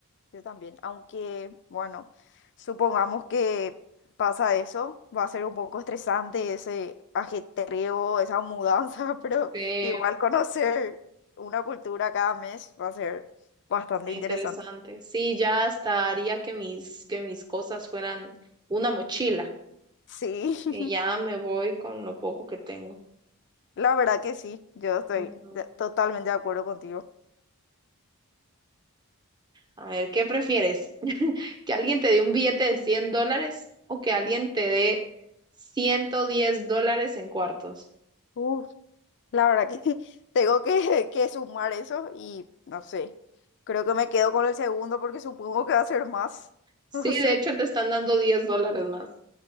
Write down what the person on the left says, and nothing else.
Yo también, aunque, bueno, supongamos que pasa eso, va a ser un poco estresante ese ajetreo, esa mudanza, <laughs> pero
igual conocer una cultura cada mes va a ser bastante interesante.
Sí, <laughs>
la verdad que sí, yo estoy
de- totalmente de acuerdo contigo.
Uf, la verdad que <laughs> tengo que, que sumar eso y no sé, creo que me quedo con el segundo porque supongo que va a ser más, <laughs>
no sé.